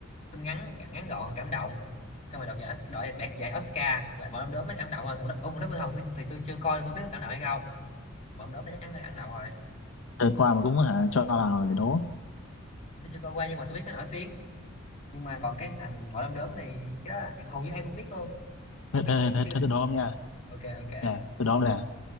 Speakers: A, on the left; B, on the left.
A: phim ngắn ngắn gọn cảm động xong rồi đoạt giải đoạt đạt giải Oscar là mẫu đom đóm mới cảm động rồi còn đất ông đất Vương Hồng tôi thì tôi chưa coi nên tôi biết có cảm động hay không mẫu đom đóm nó chắc chắn phải cảm động rồi
B: Đợt qua mà cũng hả? Cho vào để đố.
A: tôi chưa coi qua nhưng mà tôi biết nó nổi tiếng nhưng mà còn cái thằng ngõ đom đóm này cái đó, em- hầu như ai cũng biết luôn mà
B: Thế,
A: kiểu
B: thế,
A: tôi cũng
B: thế,
A: chưa
B: thế tôi đố không nha?
A: <laughs> ok ok
B: Nè, tôi đố nè.